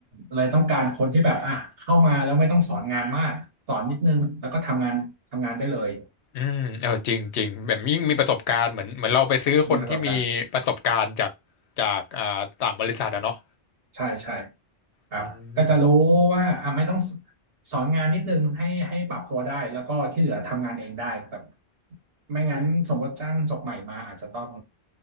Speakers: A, on the right; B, on the left.
A: เลยต้องการคนที่แบบอ่ะเข้ามาแล้วไม่ต้องสอนงานมากสอนนิดนึงแล้วก็ทำงานทำงานได้เลย
B: อืมเออจริงจริงแบบยิ่งมีประสบการณ์เหมือนเหมือนเราไปซื้อคนที่มีประสบการณ์จาก
A: มีประสบการณ์
B: จากอ่าต่างบริษัทอะเนาะ
A: ใช่ใช่ครับก็จะรู้ว่าอ่ะไม่ต้องส
B: อืม
A: สอนงานนิดนึงให้ให้ปรับตัวได้แล้วก็ที่เหลือทำงานเองได้แบบไม่งั้นสมมติจ้างจบใหม่มาอาจจะต้อง